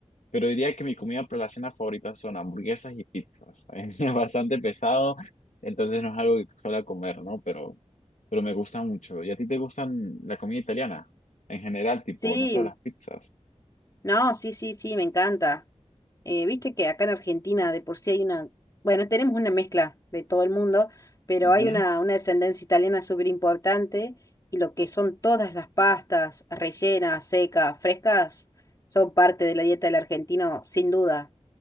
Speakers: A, on the left (about 85°); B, on the left (about 30°).
A: Pero diría que mi comida para la cena favorita son hamburguesas y pizzas. <laughs> Es bastante pesado, entonces no es algo que suela comer, ¿no? Pero, pero me gusta mucho. ¿Y a ti te gustan la comida italiana? En general, tipo,
B: Sí,
A: no solo las pizzas.
B: no, sí, sí, sí, me encanta. Eh, viste que acá en Argentina de por sí hay una, bueno, tenemos una mezcla de todo el mundo, pero
A: Ujú.
B: hay una, una descendencia italiana súper importante y lo que son todas las pastas rellenas, secas, frescas, son parte de la dieta del argentino, sin duda,